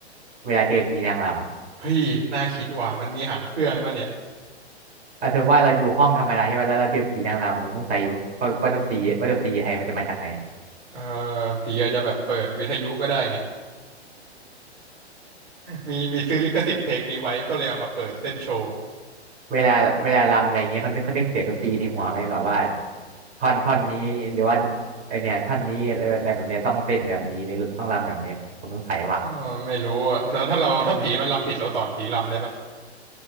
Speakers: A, on the right; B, on the right.
A: เวลาเจอผีนางรำ
B: เฮ้ยน่าคิดว่ะมันมีหางเครื่องวะเนี่ย
A: อ่ะสมมติว่าเราอยู่ห้องธรรมดาใช่ไหมแล้วเราเจอผีนางรำผมต้องใจอยู่ว่าว่าดนตรีว่าดนตรีไทยมันจะมาจากไหน
B: เออผีอาจจะแบบเปิดวิทยุก็ได้ไง มีมีซื้อลิขสิทธิ์เพลงนี้ไว้ก็เลยเอามาเปิดเต้นโชว์
A: เวลาเวลารำอะไรเงี้ยเขานึกเขานึกเสียงดนตรีในหัวไหมแบบว่าท่อนท่อนนี้หรือว่าไอเนี่ยท่อนนี้เอออะไรแบบเนี้ยต้องเต้นแบบนี้หรือต้องรำแบบเนี้ยผมสงสัยว่ะ
B: เออไม่รู้อะแล้วถ้าเราถ้าผีมันรำผิดเราสอนผีรำได้ปะ
A: เออ